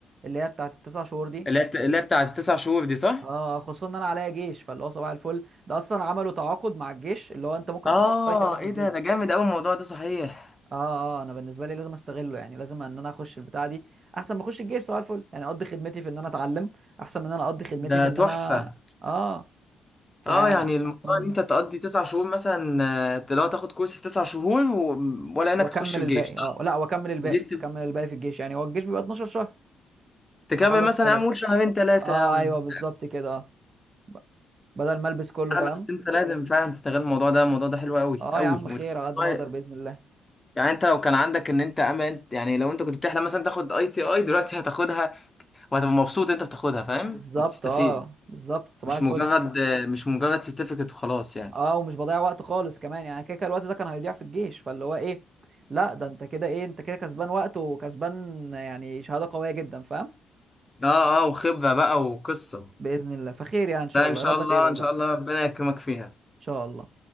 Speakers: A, on the right (about 40°); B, on the left (about 20°).
A: اللي هي بتاعت التسع شهور دي
B: اللي هي الت- اللي هي بتاعت التسع شهور دي صح؟
A: اه خصوصا ان انا عليا جيش فاللي هو صباح الفل ده اصلا عملوا تعاقد مع الجيش اللي هو انت ممكن
B: آه
A: تاخد اي تي اي في
B: إيه
A: الجيش
B: ده ده جامد أوي الموضوع ده صحيح
A: اه اه آه، انا بالنسبة لي لازم استغله يعني لازم ان انا اخش البتاعة دي احسن ما اخش الجيش صباح الفل يعني اقضي خدمتي في ان انا اتعلم احسن من ان انا اقضي خدمتي
B: ده
A: في ان
B: تحفة
A: انا اه فاتمنى
B: اه يعني الموضوع ان انت تقضي تسع شهور مثلا آه، لو تاخد كورس في تسع شهور و... ولا انك
A: واكمل
B: تخش الجيش
A: الباقي
B: صح؟
A: اه لا واكمل الباقي
B: جبت
A: اكمل الباقي في الجيش يعني هو الجيش بيبقى 12 شهر
B: تكمل
A: اخلص
B: مثلا
A: الثلاثة
B: يا عم قول شهرين ثلاثة
A: اه
B: يا عم
A: ايوه بالظبط كده اه ب- بدل ما البس كله فاهم
B: اه بس انت لازم فعلا تستغل الموضوع ده الموضوع ده حلو قوي
A: اه
B: قوي
A: يا عم خير
B: وتحس
A: على قد ما
B: بقى-
A: اقدر باذن الله
B: يعني انت لو كان عندك ان انت امل انت يعني لو انت كنت بتحلم مثلا تاخد اي تي اي دلوقتي هتاخدها وهتبقى مبسوط انت بتاخدها فاهم
A: بالظبط
B: وبتستفيد
A: اه بالظبط صباح
B: مش
A: الفل
B: مجرد مش مجرد سيرتيفيكت وخلاص يعني
A: اه ومش بضيع وقت خالص كمان يعني كده كده الوقت ده كان هيضيع في الجيش فاللي هو ايه لا ده انت كده ايه انت كده كسبان وقت وكسبان يعني شهاده قويه جدا فاهم
B: اه اه وخبرة بقى وقصة
A: باذن الله فخير يعني ان شاء
B: لا
A: الله
B: ان شاء
A: يا رب
B: الله
A: اتقبل
B: ان
A: بقى
B: شاء الله
A: ان
B: ربنا يكرمك فيها
A: شاء الله